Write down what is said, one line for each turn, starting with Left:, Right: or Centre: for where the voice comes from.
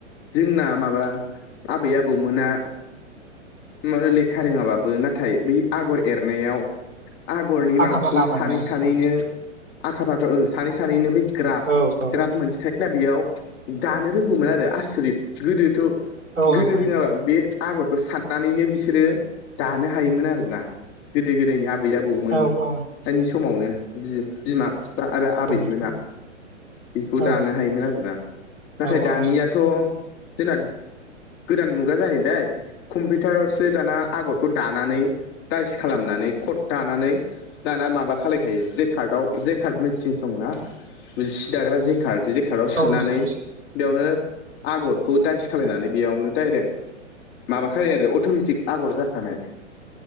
Left: जोंना माबा आबै आबौमोना मा होनो लेखा रोङाबाबो नाथाय बै आगर एरनायाव आगरनि
Right: आखा
Left: माबाखौ
Right: फाखामोन
Left: सानै
Right: ना नोंथां
Left: सानैनो आखा फाखा सानै सानैनो बै ग्राब
Right: औ औ
Left: ग्राब मोनसे दा बेयाव दानो रोंगौमोन आरो आसरित गोदोथ'
Right: औ
Left: गोदो
Right: नोंथां
Left: रोङाब्ला बे आगरखौ साननानैनो बिसोरो दानो हायोमोन आरोना गोदो गोदायनि आ आबै आबौमोननि
Right: औ औ
Left: समावनो बि बिमा बिफा आरो आबैमोना
Right: औ नोंथां
Left: बेखौ
Right: औ
Left: दानो हायोमोन आरोना। नाथाय
Right: औ
Left: दानिया
Right: औ
Left: थ' जोंना गोदान मुगा जाहैबाय कम्पिउटारावसो दाना आगरखौ दानानै टाइस खालामनानै कट दानानै दाना माबा खालायखायो जे कार्डआव जे कार्ड मेसिन दं ना बै सि दाग्रा जे कारड सिकाव सोनानै
Right: नोंथां
Left: बेयावनो आगरखौ दाइस खालायनानै बेयावनो दडाइरेक्ट माबाखायो आरो अट'मेटिक आगर जाखानाय